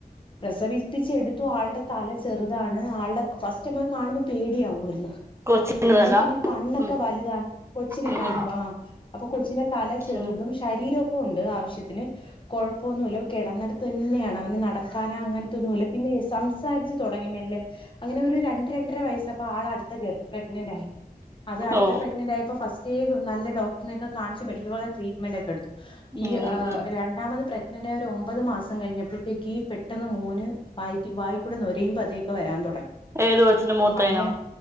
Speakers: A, on the left (about 30°); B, on the right (about 15°).
A: പ്രസവിപ്പിച്ച് എട്ത്തു ആൾടെ തല ചെറ്താണ് ആൾടെ ഫസ്റ്റമ്മക്ക് കാണ്‌മ്പ പേടിയാവു ആയിര്ന്ന്
B: കൊച്ചിന്
A: പിന്നെ
B: തല
A: പിന്നെ കണ്ണൊക്കെ
B: ഉം
A: വലുതാ കൊച്ചിനെ
B: ഉം
A: കാണുമ്പോ
B: ഉം
A: ആഹ് അപ്പൊ കൊച്ചിനെ തല ചെറ്തും
B: ഉം
A: ശരീരവൊക്കെ ഉണ്ട് ആവശ്യത്തിന് കൊഴപ്പവൊന്നുല്ല കിടന്നെടെത്ത് തന്നെയാണ് അവന് നടക്കാനോ അങ്ങൻത്തൊന്നുല്ലാ പിന്നെ സംസാരിച്ച് തൊടെങ്ങി മെല്ലേ അങ്ങനെ ഒര് രണ്ട് രണ്ടെര വയസ്സ് അപ്പ ആളട്ത്തെ ഗർ പ്രഗ്നന്റായി അത് അട്ത്ത
B: ഓ
A: പ്രഗ്നന്റായപ്പോ ഫസ്റ്റേ നല്ല ഡോക്ടറിനൊക്കെ കാണ് <unintelligible> പോലെ ട്രീറ്റ്മെന്റാെക്കെയെട്ത്തു ഈ
B: ഉം ഉം
A: ആഹ്
B: ഉം
A: രണ്ടാമത് പ്രഗ്നന്റായ് ഒര് ഒമ്പത് മാസം കഴിഞ്ഞപ്പഴ്ത്തേക്കീ പെട്ടെന്ന് മോന് വായി വായിക്കൂടെ നുരയും പതയൊക്കെ വരാൻ താെടെ
B: ഏത് കൊച്ചിന് മൂത്തേനോ
A: അങ്ങെനെ